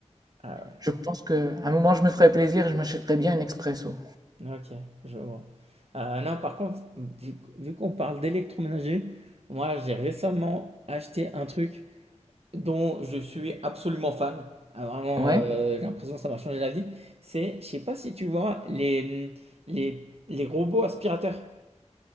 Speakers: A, on the right; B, on the right.
A: Ah ouais.
B: je pense qu'à un moment, je me ferai plaisir et je m'achèterai bien un expresso.
A: OK, je vois. Heu, non, par contre, vu vu qu'on parle d'électroménager, moi, j'ai récemment acheté un truc dont je suis absolument fan. Ah, vraiment,
B: Ouais,
A: heu, j'ai l'impression que ça m'a changé la vie. C'est je sais pas si tu vois les, mmh, les les robots aspirateurs?